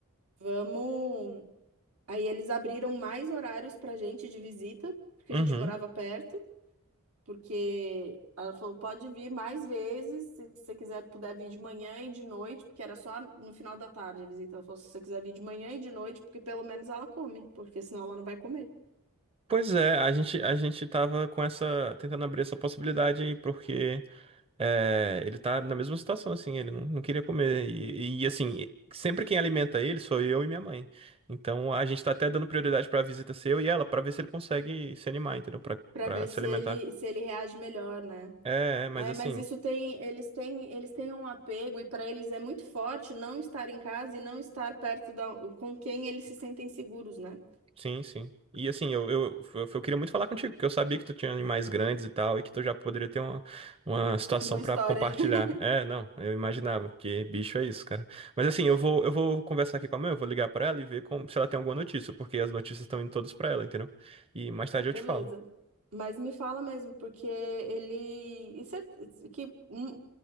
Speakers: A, on the right; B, on the right.
A: Vamos. Aí eles abriram mais horários para gente de visita, porque
B: uhum.
A: a gente morava perto. Porque ela falou: pode vir mais vezes, se você quiser, puder vir de manhã e de noite, porque era só no final da tarde a visita. Ela falou: se você quiser vir de manhã e de noite, porque pelo menos ela come, porque senão ela não vai comer.
B: Pois é, a gente, a gente tava com essa, tentando abrir essa possibilidade aí, porque É, ele tá na mesma situação, assim, ele não, não queria comer. E, e, assim, sempre quem alimenta ele sou eu e minha mãe. Então a gente tá até dando prioridade pra visita ser eu e ela, pra ver se ele consegue se animar, entendeu? Pra,
A: para
B: pra
A: ver
B: se
A: se
B: alimentar.
A: ele se ele reage melhor, né?
B: É, é, mas
A: É,
B: assim.
A: mas isso tem, eles têm, eles têm um apego e para eles é muito forte não estar em casa e não estar perto da, com quem eles se sentem seguros, né?
B: Sim, sim. E assim, eu, eu, eu, eu queria muito falar contigo, porque eu sabia que tu tinha animais grandes e tal, e que tu já poderia ter uma, uma situação
A: Uma
B: pra
A: história.
B: compartilhar.
A: <laughs>
B: É, não, eu imaginava, porque bicho é isso, cara. Mas assim, eu vou, eu vou conversar aqui com a mãe, eu vou ligar pra ela e ver como- se ela tem alguma notícia, porque as notícias estão indo todas pra ela, entendeu? E mais tarde
A: Beleza.
B: eu te falo.
A: Mas me fala mesmo, porque ele. e cer- que, hum,